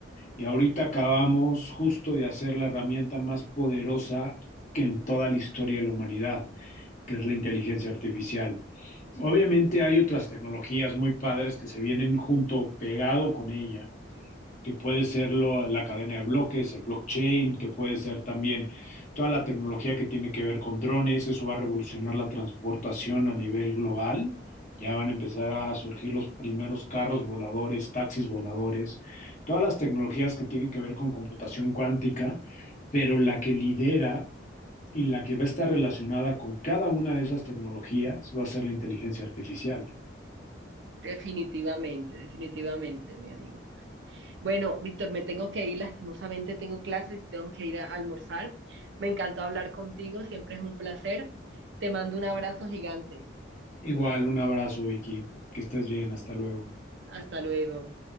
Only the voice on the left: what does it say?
Y ahorita acabamos justo de hacer la herramienta más poderosa que en toda la historia de la humanidad, que es la inteligencia artificial. Obviamente hay otras tecnologías muy padres que se vienen junto, pegado con ella, que puede ser lo- la cadena de bloques, el blockchain, que puede ser también toda la tecnología que tiene que ver con drones, eso va a revolucionar la transportación a nivel global. Ya van a empezar a surgir los primeros carros voladores, taxis voladores, todas las tecnologías que tienen que ver con computación cuántica, pero la que lidera y la que va a estar relacionada con cada una de esas tecnologías va a ser la inteligencia artificial.
Igual, un abrazo, Vicky, que estés bien, hasta luego.